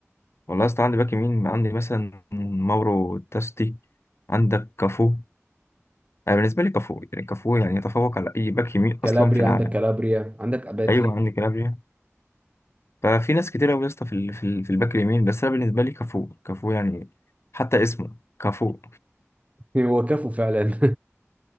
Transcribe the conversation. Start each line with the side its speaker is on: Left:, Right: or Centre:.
Left: والله يا اسطى عندي باك يمين عندي مثلا ماورو تاستي عندك كافو انا بالنسبه لي كافو يعني كافو يعني يتفوق على اي باك يمين
Right: كالابريا
Left: اصلا في العالم
Right: عندك كالابريا عندك أباتي
Left: ايوه عندي كلابريا ففي ناس كتير قوي يا اسطى في ال- في ال- في الباك اليمين بس انا بالنسبه لي كافو كافو يعني حتى اسمه كافو
Right: <laughs> هو كفو فعلا <laughs>